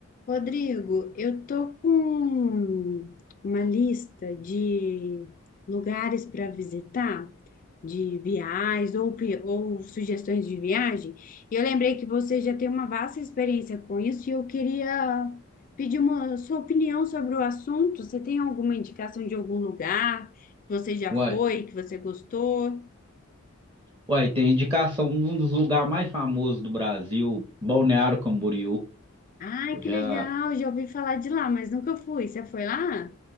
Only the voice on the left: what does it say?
Rodrigo, eu tô com uma lista de lugares para visitar, de viagens ou, pi- ou sugestões de viagem. E eu lembrei que você já tem uma vasta experiência com isso e eu queria pedir uma sua opinião sobre o assunto. Você tem alguma indicação de algum lugar que você já
foi, que você gostou?
Ai,
que
legal! Já ouvi falar de lá, mas nunca fui. Você foi lá?